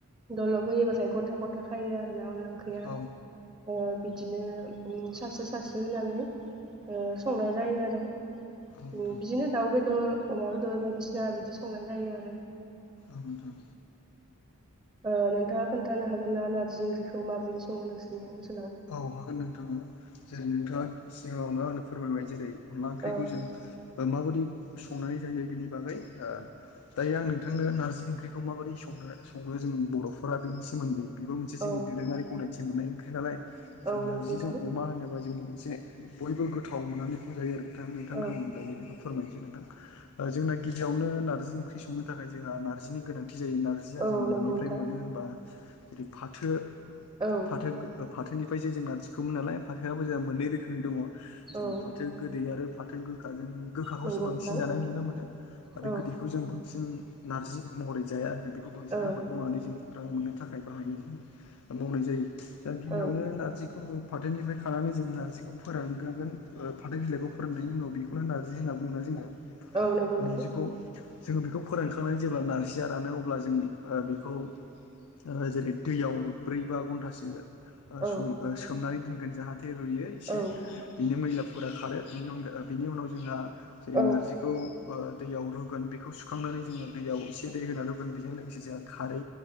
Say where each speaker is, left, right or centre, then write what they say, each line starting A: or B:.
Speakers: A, on the right; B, on the left.
A: दलब होयोबाथाय गथा गथा खायो आरोना अनला ओंख्रिया
B: औ
A: ओ बिदि बिदिनो उम सारस्रो सारस्रो होनानै ओ संनाय जायो आरो।
B: नोंथां
A: उम बिदिनो दाउ बेदर अमा बेदर बायदिसिना ना बिदि संनाय जायो आरो।
B: औ नोंथां
A: ओ नोंथाङा खोनथानो हागोन ना नारजि ओंख्रिखौ माबायदि सङो नोंसोरनि ओनस
B: औ हागोन नोंथां जेरै नोंथाङा सिगाङावनो आंनो फोरमायबाय जेरै अनला ओंख्रिखौ
A: औ
B: जों माबादि संनानै जायो बिनि बागै दायो आं नोंथांनो ओ नारजि ओंख्रिखौ माबोरै संनो सङो जों बर'फोरा बेनि सोमोन्दै बेबो मोनसे जोंनि
A: औ
B: दोरोङारि गनायथि मोननाय ओंख्रि नालाय जों
A: औ नंगौ
B: नारजिजों
A: नोंथां
B: अमा होनोबा जों मोनसे बयबो गोथाव मोननानै बेखौ जायो नोंथां। नोंथांनो
A: औ
B: आंनि बेखौ फोरमायनोसै नोंथां ओ जोंना गिबियावनो नारजि ओंख्रि संनो थाखाय जोंहा नारजिनि गोनांथि जायो नारजिया
A: औ
B: जों मानिफ्राय
A: नंगौ नोंथां
B: मोनो होनबा जेरै फाथो।
A: औ
B: फाथो फाथोनिफ्रायसो जों नारजि खौ नालाय फाथोआबो जोंहा मोननै रोखोमनि दङ' जेरै
A: औ
B: फाथो गोदै आरो फाथो गोखाजों गोखाखौ
A: नंगौ
B: सो बांसिन
A: नोंथां
B: जानाय नुनो मोनो। आरो
A: औ
B: गोदैखौ जों बांसिन नारजि मोन महरै जाया आरो बेखौ बांसिन
A: औ
B: आबाद मावनानै जों रां मोननो थाखाय बाहायनो जायो ओ मावनाय जायो। ओ गिबियावनो
A: औ
B: नारजि खौ फाथोनिफ्राय खानानै जों नारजिखौ फोरानग्रोगोन ओ फाथै बिलाइखौ फोराननायनि उनाव बेखौनो नारजि होनना बुंङोना जोङो।
A: औ
B: नारजिखौ
A: नंगौ नोंथां।
B: जोङो बेखौ फोरानखांनानै जेब्ला नारजिया रानो अब्ला जों ओ बेखौ ओ जेरै दैयाव ब्रै बा घन्टासो ओ
A: औ
B: सं ओ सोमनानै दोनगोन जाहाथे रुयो एसे
A: औ
B: बिनि मैलाफोरा खारो। नि अनगा बिनि उनाव जोंहा जेरै
A: औ
B: नारजिखौ ओ दैयाव रुगोन बेखौ सुखांनानै जोङो दैयाव एसे दै होना रुगोन बेजों लोगोसे जोंहा खारै